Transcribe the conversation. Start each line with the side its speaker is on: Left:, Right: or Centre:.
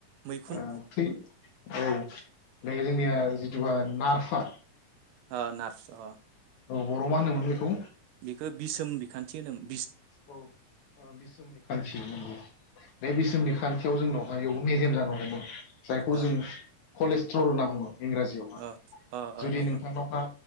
Right: मैखुन
Left: ओ थै औ। बे जोंनिया जिथुुबा नारफार
Right: ओ नार्स अ
Left: बर'आव मा होनोमोन बेखौ?
Right: बेखो बिसोम बिखान्थि होनोमोन।
Left: औ ओ बिसोम बिखान्थि नंगौ। बे बिसोम बिखान्थियाव जोंनावहाय एयावबो मेजेम जानो हमो। जायखौ
Right: ओ
Left: जोंङो कलेस्ट्रल होनना बुङो। इंराजियाव मा
Right: ओ ओ
Left: जुदि
Right: ओ ओ
Left: नोंथांनावहा